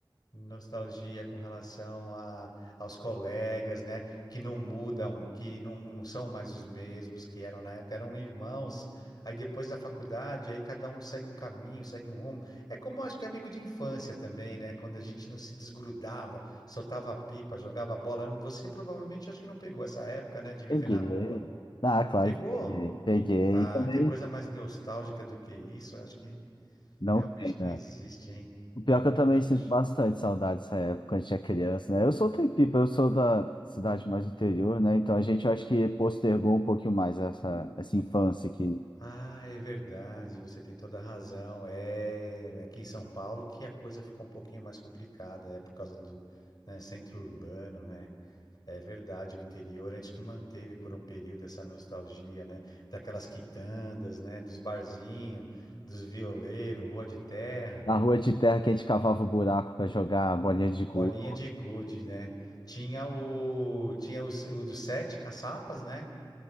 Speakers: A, on the left; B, on the left.
A: Nostalgia com relação a, aos colegas, né? Que não mudam, que não são mais os mesmos que eram na época, eram irmãos. Aí depois da faculdade, aí cada um segue um caminho, segue um rumo. É como acho que é amigo de infância também, né? Quando a gente não se desgrudava, soltava pipa, jogava bola. Eu não- Você provavelmente acho que não pegou essa época, né? De viver
B: Peguei.
A: na rua.
B: Ah, claro
A: Pegou?
B: que peguei. Peguei.
A: Ah,
B: E também
A: que coisa mais nostálgica do que isso? Eu Acho que
B: não
A: realmente
B: tem.
A: não
B: né?
A: existe, hein?
B: O pior
A: Muito
B: é que eu também sinto bastante saudade dessa época, quando a gente é criança, né? Eu sou Tempipa, eu sou da cidade mais do interior, né? Então a gente, eu acho que postergou um pouquinho mais essa, essa infância que
A: Ah, é verdade, você tem toda a razão. É é, aqui em São Paulo que a coisa ficou um pouquinho mais complicada, é por causa do, né, centro urbano, né? É verdade, o interior antes que manteve por um período essa nostalgia, né? Daquelas quitandas, né? Dos barzinhos, dos violeiros, rua de terra,
B: na rua de terra que a gente cavava o buraco para jogar bolinha de gude.
A: bolinha de gude, né? Tinha o, tinha os- o dos sete caçapas, né?